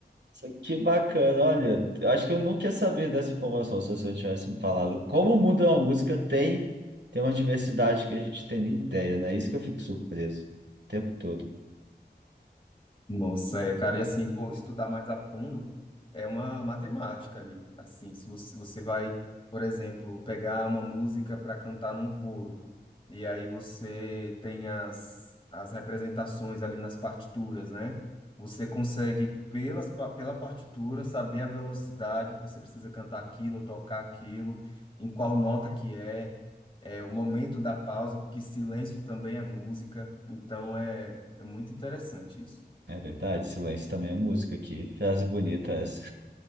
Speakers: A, on the right; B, on the left.
A: Isso aqui, Que bacana, olha, eu acho que eu nunca ia saber dessa informação se você não tivesse me falado. Como o mundo da música tem, tem uma diversidade que a gente tem nem ideia, né? Isso que eu fico surpreso o tempo todo.
B: Nossa, é, cara, e assim, pô, estudar mais a fundo é uma matemática ali. Assim, se você, você vai, por exemplo, pegar uma música para cantar num coro, e aí você tem as, as representações ali nas partituras, né? Você consegue, pelas, pa- pela partitura, saber a velocidade que você precisa cantar aquilo, tocar aquilo, em qual nota que é. é, o momento da pausa, porque silêncio também é música, então é, é muito interessante isso.
A: É verdade, silêncio também é música aqui, frase bonita essa.